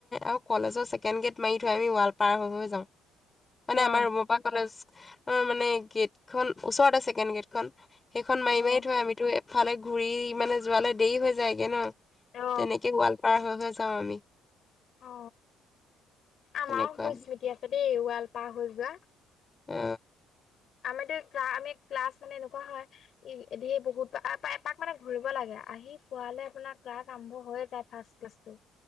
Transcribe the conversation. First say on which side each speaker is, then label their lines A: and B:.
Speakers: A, on the left; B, on the left.
A: আৰু কলেজৰ ছেকেণ্ড গে'ট মাৰি থয় আমি ৱাল পাৰ হৈ হৈ যাওঁ। মানে
B: অ
A: আমাৰ ৰুমৰপা কলেজ, আমাৰ মানে গেটখন ওচৰতে ছেকেণ্ড গেটখন। সেইখন মাৰি
B: অ
A: মাৰি থয় আমিতো এফালে ঘূৰি মানে যোৱালে দেৰি হৈ যায়গে ন।
B: অ
A: তেনেকে ওৱাল পাৰ হৈ হৈ যাওঁ আমি।
B: অ, আমাৰো
A: তেনেকুৱা
B: কু স্মৃতি আছে দেই ওৱাল পাৰ হৈ যোৱা।
A: অ।
B: আমাৰতো ক্লা আমি ক্লাছ মানে এনেকুৱা হয় ই ধেৰ বহুত আপা এপাক মানে ঘূৰিব লাগে, আহি পোৱালে আপোনাৰ ক্লাছ আৰম্ভ হৈয়ে যায়। ফাৰ্ষ্ট ক্লাছটো।